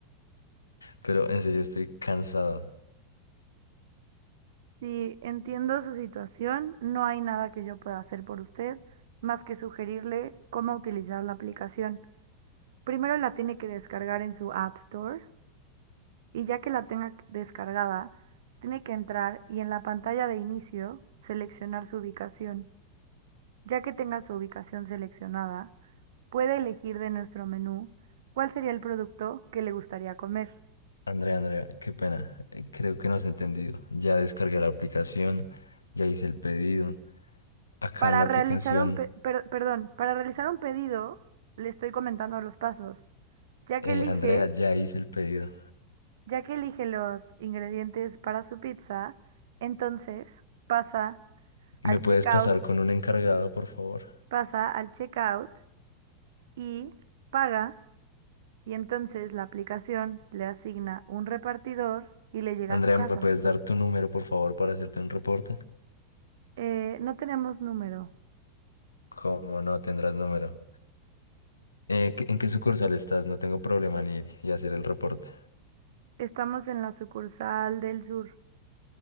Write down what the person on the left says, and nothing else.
pero en serio estoy cansado.
Andrea, Andrea, qué pena. eh, Creo que no has entendido. Ya descargué la aplicación, ya hice el pedido. Acá
en la aplicación,
eh,
Andrea, ya hice el pedido.
¿Me puedes
pasar con un encargado, por favor?
Andrea,
¿me puedes dar tu número, por favor, para hacerte un reporte?
¿Cómo no tendrás número? Eh, ¿qué- ¿en qué sucursal estás? No tengo problema en ir y hacer el reporte.